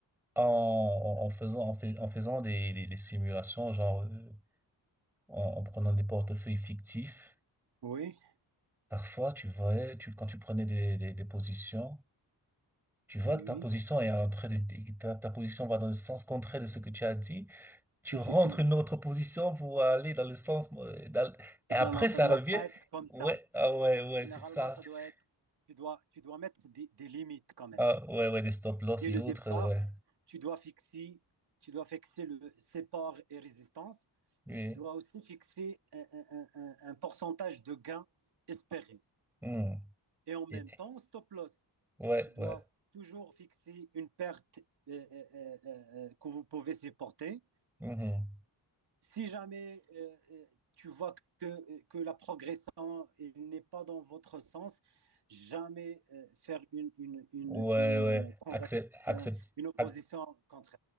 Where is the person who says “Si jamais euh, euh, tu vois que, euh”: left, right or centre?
Right